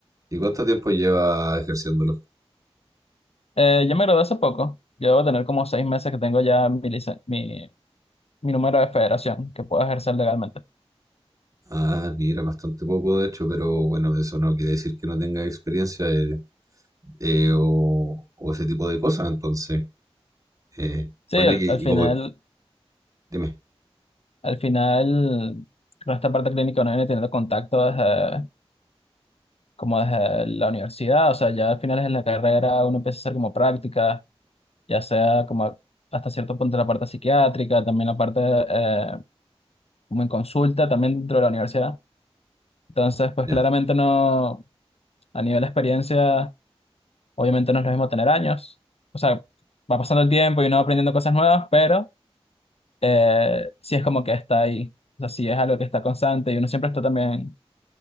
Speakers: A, on the right; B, on the left.
A: ¿y cuánto tiempo lleva ejerciéndolo?
B: Eh, yo me gradué hace poco. Yo debo tener como seis meses que tengo ya mi, licen- mi, mi número de federación que puedo ejercer legalmente.
A: Ah, mira, bastante poco, de hecho, pero bueno, eso no quiere decir que no tenga experiencia eh, eh, o, o ese tipo de cosas, entonces. Eh,
B: Sí,
A: bueno,
B: al,
A: y,
B: al
A: y
B: final,
A: como, dime,
B: al final, con esta parte clínica uno viene teniendo contacto desde, como desde la universidad. O sea, ya al final en la carrera uno empieza a hacer como prácticas ya sea como hasta cierto punto la parte psiquiátrica, también la parte eh, como en consulta, también dentro de la universidad. Entonces, pues
A: ya,
B: claramente no, a nivel de experiencia. Obviamente no es lo mismo tener años. O sea, va pasando el tiempo y uno va aprendiendo cosas nuevas, pero eh, sí es como que está ahí. O sea, sí es algo que está constante y uno siempre está también